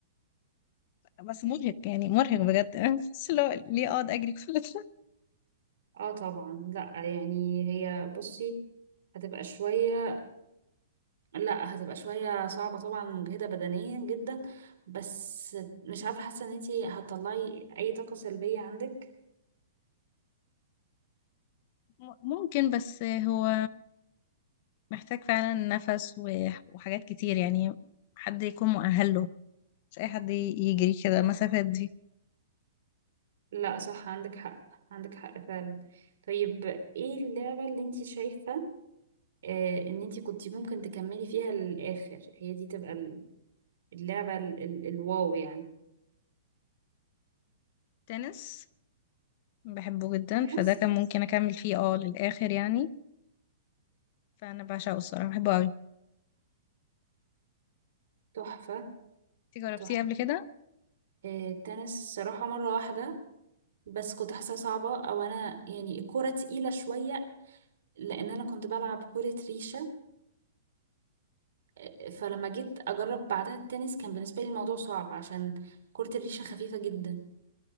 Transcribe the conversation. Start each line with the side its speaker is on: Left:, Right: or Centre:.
Left: بس مرهق يعني مرهق بجد <laughs> بس لو ليه اقعد اجري كل ده
Right: اه طبعا لا يعني هي بصي هتبقى شوية لا هتبقى شوية صعبة طبعا مجهدة بدنيا جدا بس مش عارفة حاسة ان انتي هتطلعي اي طاقة سلبية عندك
Left: م- ممكن بس هو محتاج فعلا نفس و- وحاجات كتير يعني حد يكون مؤهل له مش اي حد ي- يجري كده المسافات دي
Right: لا صح عندك حق عندك حق فعلا طيب ايه اللعبة اللي انتي شايفة آه ان انتي كنتي ممكن تكملي فيها للآخر هي دي تبقى ال- اللعبة ال ال الواو يعني
Left: تنس بحبه جدا
Right: ناس
Left: فده كان ممكن اكمل فيه اه للاخر يعني فانا بعشقه الصراحه بحبه قوي
Right: تحفة
Left: انتي جربتيه
Right: تحفة
Left: قبل كده
Right: آه، التنس صراحة مرة واحدة بس كنت حاساها صعبة او انا يعني الكورة تقيلة شوية لان انا كنت بلعب كرة ريشة آه، فلما جيت اجرب بعدها التنس كان بالنسبة لي الموضوع صعب عشان كرة الريشة خفيفة جدا